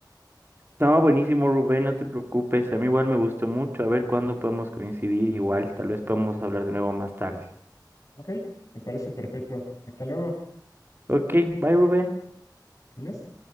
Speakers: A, on the right; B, on the left.
A: No, buenísimo, Rubén, no te preocupes. A mí igual me gustó mucho. A ver cuándo podemos coincidir. Igual, tal vez podemos hablar de nuevo más tarde.
B: Ok, me parece perfecto. Hasta luego.
A: Ok, bye, Rubén.
B: Adiós.